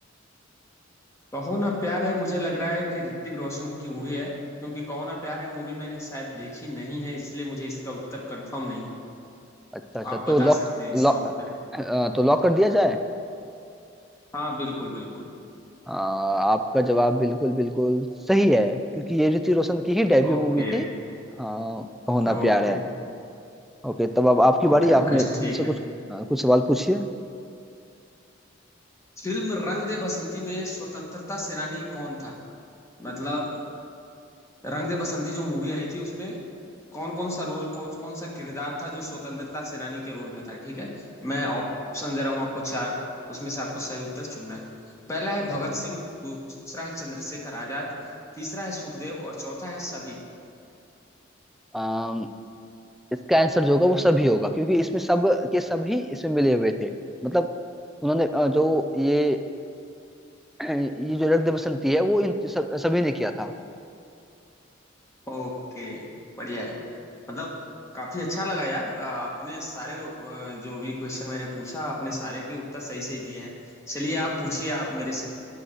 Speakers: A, on the left (about 15°); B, in the centre.
A: कहो ना प्यार है मुझे लग रहा है कि ऋतिक रोशन की मूवी है क्योंकि कहो ना प्यार है मूवी मैंने शायद देखी नहीं है इसलिए मुझे इसका उत्तर कंफर्म नहीं है तो
B: अच्छा अच्छा
A: आप
B: तो
A: बता
B: लॉक
A: सकते हैं इसका
B: लॉक
A: उत्तर
B: तो लॉक कर दिया जाए
A: हाँ बिल्कुल बिल्कुल
B: आ, आपका जवाब बिल्कुल बिल्कुल सही है क्योंकि ये ऋतिक रोशन की ही डेब्यू
A: Okay
B: मूवी थी हाँ कहो ना
A: okay
B: प्यार है ओके तब अब आपकी
A: Okay
B: बारी
A: okay
B: आप मे-
A: ठीक
B: मुझसे कुछ
A: है
B: आ, कुछ सवाल पूछिए
A: फिल्म रंग दे बसंती में स्वतंत्रता सेनानी कौन था मतलब रंग दे बसंती जो मूवी आई थी उसमें कौन कौन सा रोल कौन कौन सा किरदार था जो स्वतंत्रता सेनानी के रोल में था ठीक है मैं ऑप्शन दे रहा हूँ आपको चार उसमें से आपको सही उत्तर चुनना है पहला है भगत सिंह दूसरा है चंद्रशेखर आजाद तीसरा है सुखदेव और चौथा है सभी
B: अम, इसका आंसर जो होगा वो सभी होगा क्योंकि इसमें सब के सभी इसमें मिले हुए थे मतलब उन्होंने अ, जो ये <clears throat> ये जो रक्त दे बसंती है वो इन सब सभी ने किया था
A: ओके बढ़िया है मतलब काफी अच्छा लगा यार अ, आपने सारे अ, जो भी क्वेश्चन मैंने पूछा आपने सारे के उत्तर सही सही दिए हैं चलिए आप पूछिए आप मेरे से